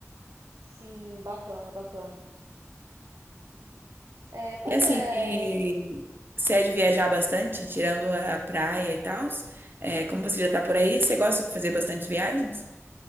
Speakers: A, on the right; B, on the right.
A: Sim, bacana, bacana. É, pois
B: E assim,
A: é,
B: e
A: é,
B: se é de viajar bastante, tirando a praia e tal, como você já tá por aí, você gosta de fazer bastante viagens?